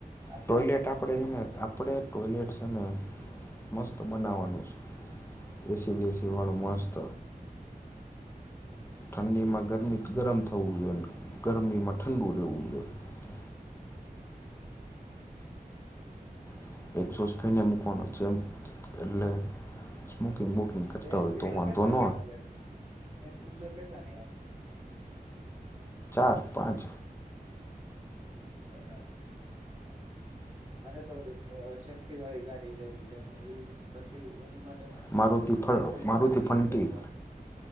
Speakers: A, on the right; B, on the left.
A: આખી
B: ટોયલેટ આપણેે છે, ને આપણે ટોલેટ છે, ને મસ્ત બનાવાનું છે, એસી બેસી વાળું મસ્ત ઠંડીમાં ગરમી ગરમ થવું જોઈએ, ગરમીમાં ઠંડુ રહેવું જોઈએ <unintelligible>
A: એન
B: હોય
A: ક્રુઝર
B: તો વાંધો
A: કેટલા
B: ન
A: ની આવે એન ક્રુઝર કેટલા ની આવે
B: ચાર પાંચ
A: બરાબર અને તો સેફ્ટી વાળી ગાડી લેવી છે અને એ પછી એની મસ્ત
B: મારુતિ ફ
A: બેઝમેન્ટ
B: મારુતિ
A: પાર્કિંગ
B: ફંટી
A: લખવાનું